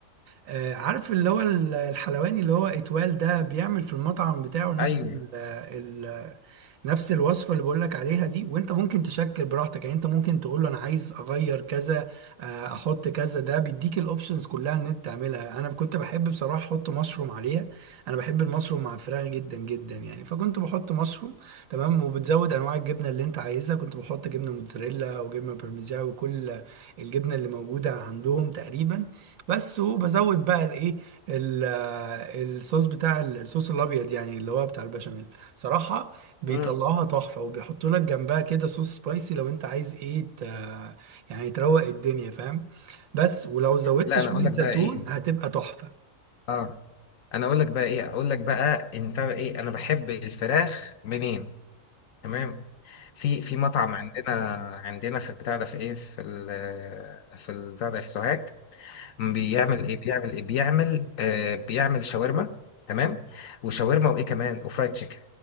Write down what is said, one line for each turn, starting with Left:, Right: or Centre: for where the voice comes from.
Right: آه، عارف اللي هو ال- الحلواني اللي هو اتوال ده بيعمل في المطعم بتاعه نفس
Left: ايوه
Right: ال ال نفس الوصفة اللي بقولك عليها دي وانت ممكن تشكل براحتك يعني انت ممكن تقول له انا عايز اغير كذا آه، احط كذا ده بيديك الاوبشنز كلها ان انت تعملها انا كنت بحب بصراحة احط مشروم عليها انا بحب المشروم مع الفراخ جدا جدا يعني فكنت بحط مشروم تمام وبتزود انواع الجبنه اللي انت عايزها كنت بحط جبنه موتزاريلا وجبنه بارميجان وكل الجبنه اللي موجوده عندهم تقريبا بس وبزود بقى الايه ال- الصوص بتاع ال- الصوص الابيض يعني اللي هو بتاع البشاميل بصراحه بيطلعوها
Left: امم
Right: تحفه وبيحطوا لك جنبها كده صوص سبايسي لو انت عايز ايه ت... يعني تروق الدنيا فاهم بس ولو زودت
Left: لا
Right: شويه
Left: انا اقول لك
Right: زيتون
Left: بقى ايه
Right: هتبقى تحفه
Left: اه انا اقول لك بقى ايه اقول لك بقى ان بتاع ده ايه انا بحب الفراخ منين تمام في في مطعم عندنا عندنا في البتاع ده في ايه في ال في البتاع ده في سوهاج بيعمل ايه بيعمل ايه بيعمل آه بيعمل شاورما تمام وشاورما وايه كمان وفرايد تشيكن